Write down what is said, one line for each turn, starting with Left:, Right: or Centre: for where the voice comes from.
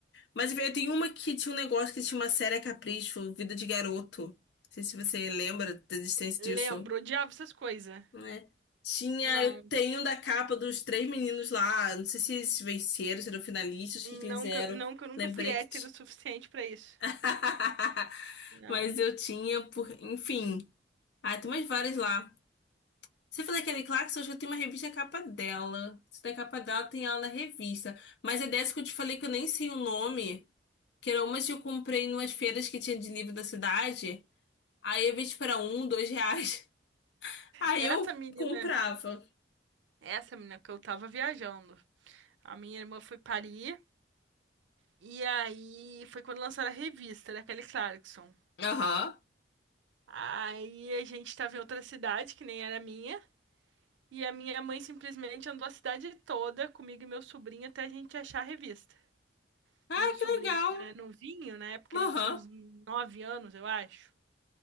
Left: Mas eu tenho uma que tinha um negócio que tinha uma série a Capricho, Vida de Garoto. Não sei se você lembra da existência
Right: Lembro.
Left: disso,
Right: Odiava essas coisas.
Left: né? Tinha,
Right: Não.
Left: eu tenho da capa dos três meninos lá, não sei se eles venceram, se eram finalistas,
Right: Não
Left: o que que eles eram.
Right: que, eu- não que eu nunca
Left: Lembrei
Right: fui hétero
Left: que tinha.
Right: o suficiente pra isso.
Left: <laughs>
Right: Não.
Left: Mas eu tinha, por... enfim. Ah, tem umas várias lá. Você falou daquele Clarks, eu acho que tem uma revista capa dela. Se tem a capa dela, tem ela na revista. Mas é dessa que eu te falei que eu nem sei o nome. Que era umas que eu comprei em umas feiras que tinha de livro da cidade. Aí eu vi tipo era um, dois reais. <laughs> Aí
Right: Essa
Left: eu
Right: menina,
Left: comprava.
Right: essa menina que eu tava viajando. A minha irmã foi parir. E aí foi quando lançaram a revista da Kelly Clarkson.
Left: Aham.
Right: Aí a gente tava em outra cidade, que nem era minha. E a minha mãe simplesmente andou a cidade toda comigo e meu sobrinho até a gente achar a revista.
Left: Ah,
Right: Meu sobrinho
Left: que legal.
Right: era novinho, na época
Left: Aham.
Right: ele tinha uns 9 anos, eu acho.